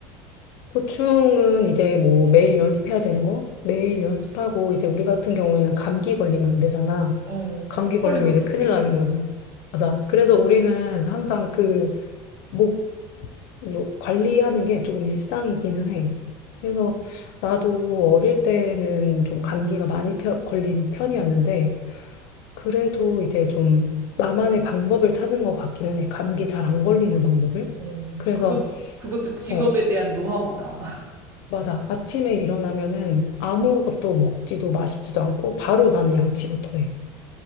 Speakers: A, on the left; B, on the right.
A: 고충은 이제 뭐 매일 연습해야 되는 거? 매일 연습하고 이제 우리 같은 경우에는 감기 걸리면 안 되잖아.
B: 어.
A: 감기
B: 목
A: 걸리면
B: 관리 어떻게
A: 이제 큰일
B: 해?
A: 나는 거지. 맞아. 그래서 우리는 항상 그목 이거 관리하는 게 조금 일상이기는 해. 그래서 나도 어릴 때는 좀 감기가 많이 펴- 걸린 편이었는데, 그래도 이제 좀 나만의 방법을 찾은 것 같기는 해. 감기 잘 안 걸리는 방법을.
B: 어.
A: 그래서,
B: 그것 그것도 직업에
A: 어,
B: 대한 노하우다. <laughs>
A: 맞아. 아침에 일어나면은 아무것도 먹지도 마시지도 않고, 바로 나는 양치부터 해.